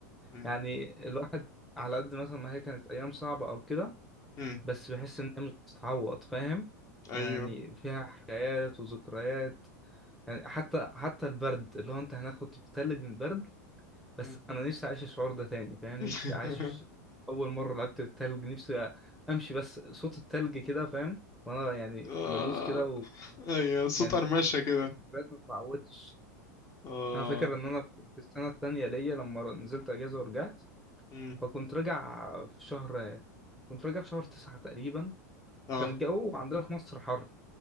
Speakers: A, on the left; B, in the centre.
A: مم.
B: يعني الواحد على قد مثلا ما هي كانت أيام صعبة أو كده
A: مم.
B: بس بحس إن هي مش بتتعوض فاهم
A: ايوه
B: يعني فيها حكايات وذكريات يعني حتى حتى البرد اللي هو أنت هناك كنت بتتلج من البرد
A: مم.
B: بس أنا نفسي أعيش الشعور ده تاني فاهم
A: <laughs>
B: نفسي أعيش أول مرة لعبت بالتلج نفسي أ- أمشي بس صوت التلج كده فاهم وأنا يعني
A: آه.
B: بدوس كده
A: ايوه صوت
B: ويعني
A: قرمشه كده
B: الذكريات ما بتتعوضش
A: اه
B: أنا فاكر إن أنا في السنة التانية ليا لما نزلت أجازة ورجعت
A: مم.
B: فكنت راجع في شهر كنت راجع في شهر تسعة تقريبا
A: اه
B: كان الجو عندنا في مصر حر